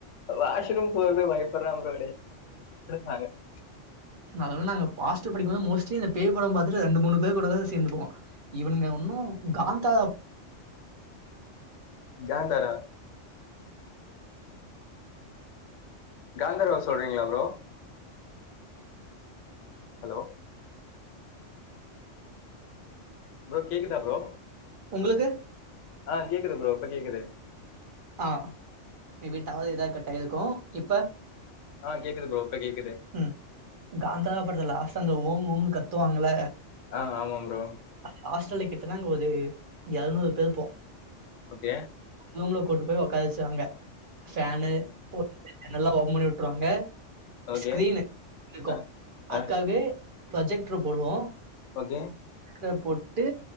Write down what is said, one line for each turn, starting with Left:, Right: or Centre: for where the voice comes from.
Left: வாஷ்ரூம் போறது பயப்படுறா ப்ரோ <inaudible>
Right: அதலா நாங்க பாஸ்டு படிக்கும்போது மோஸ்டலி இந்த பேய் படம் பாத்துட்டு ரெண்டு மூணு பேர் கூட தா சேந்துக்குவோ இவனுங்க ஒன்னு காந்தாரா
Left: ஜாந்தாறா காந்தர்வா சொல்றீங்களா ப்ரோ ஹலோ ப்ரோ கேக்குதா ப்ரோ
Right: உங்களுக்கு
Left: ஆ கேக்குது ப்ரோ இப்ப கேக்குது
Right: ஆ மேபி டவ ஏதாது கட் ஆயிருக்கு இப்ப
Left: ஆ கேக்குது ப்ரோ இப்ப கேக்குது
Right: ம் காந்தா படதுல லாஸ்ட்டா அந்த ஓம் ஓம்னு கத்துவாங்கள்ல
Left: ஆ ஆமாம் ப்ரோ
Right: அ ஹாஸ்டல் கிட்டனாங்க ஒரு இருநூறு பேரு போ
Left: ஓகே
Right: ரூம்ல கூட்டு போ ஒக்கார வச்சுவாங்க ஃபேன்னு ஜனல் லாம் ஓபன் பண்ணி விட்ருவாங்க
Left: ஓகே
Right: ஸ்கிரீனு இருக்கு
Left: ஆ
Right: அதுக்காகவே
Left: ஆ
Right: ப்ரொஜெக்டர் போடுவோ
Left: ஓகே
Right: போ போட்டு